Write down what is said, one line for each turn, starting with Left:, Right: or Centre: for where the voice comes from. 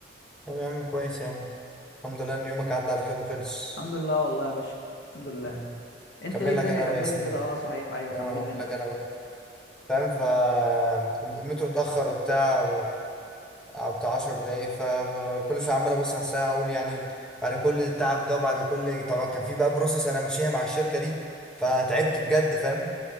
Centre: طب يا عم كويس يا عم الحمد لله ان يومك عدى على خير وخلص
Left: الحمد لله والله يا باشا الحمد لله
Centre: امم
Left: انت
Centre: كمل
Left: ايه الدنيا
Centre: لك انا
Left: كمل
Centre: بقى يا سيدي
Left: لي كده اه صحيح ايوه كمل
Centre: اه هقول
Left: لي انت
Centre: لك انا بقى فاهم ف المترو اتاخر وبتاع بتاع 10 دقايق فكل شويه عمال ابص على الساعه اقول يعني بعد كل التعب ده وبعد كل طبعا كان في بقى بروسس انا ماشيها مع الشركه دي فتعبت بجد فاهم